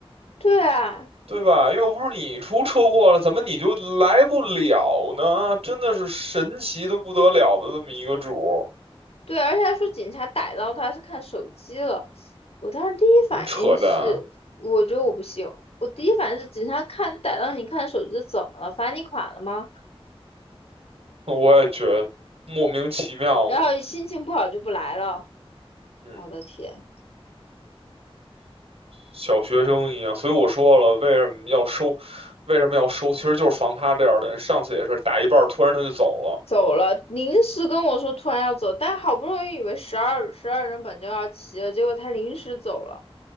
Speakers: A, on the left; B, on the right.
A: 对啊，
B: 对吧？又不是你出车祸了，怎么你就来不了呢？真的是神奇的不得了的这么一个主儿，
A: 对，而且还说警察逮到他是看手机了，我当时第一反应是，
B: 真扯淡！
A: 我觉得我不行，我第一反应是警察看逮到你看手机怎么了，罚你款了吗？
B: <laughs> 我也觉得莫名其妙嘛，
A: 然后心情不好就不来了。
B: 嗯，
A: 我的天，
B: 小学生一样。所以我说了，为什么要收？为什么要收？其实就是防他这样的人。上次也是打一半儿突然他就走了，
A: 走了，临时跟我说突然要走，但好不容易以为十二十二人本就要齐了，结果他临时走了。